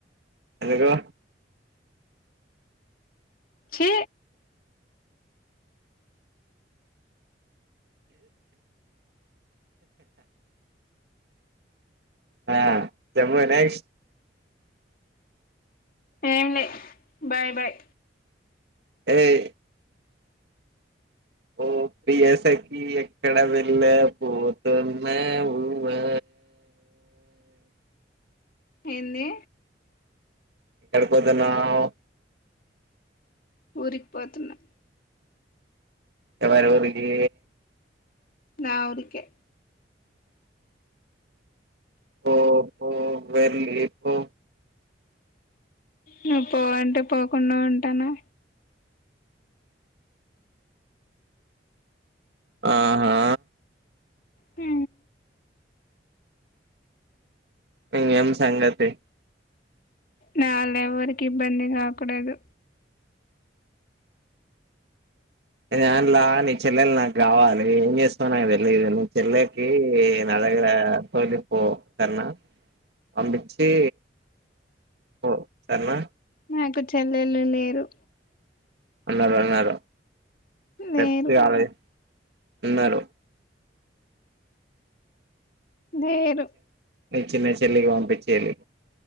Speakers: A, on the right; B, on the left.
A: ఎందుకు
B: చి
A: ఆ చెమ్మనేక్స్
B: ఏమి లే బాయ్ బాయ్
A: ఏయ్ ఓ ప్రియసకి ఎక్కడ వెళ్ళ పోతున్నావు ఆ
B: ఎంది
A: ఎక్కడ పోతన్నావు
B: ఊరికి పోతున్నా
A: ఎవరు ఊరికి
B: నా ఊరికే
A: ఓహో వెళ్లిపో
B: నువ్వు పోవంటే పోకుండా ఉంటానా
A: ఆహా
B: ఉ
A: ఇంగేం సంగతి
B: నావల్ల ఎవరికి ఇబ్బంది కాకూడదు
A: ఏంలా నీ చెల్లెలు నాకు కావాలి ఏం చేస్తావు నాకు తెలిదు నీ చెల్లెకి నా దగ్గర తొలి పో సరేనా పంపించి పో సరేనా
B: నాకు చెల్లెలు లేరు
A: ఉన్నారు ఉన్నారు
B: లేరు
A: తప్పిగా అది ఉన్నారు
B: లేరు
A: మీ చిన్న చెల్లెళ్ళని పంపించేయండి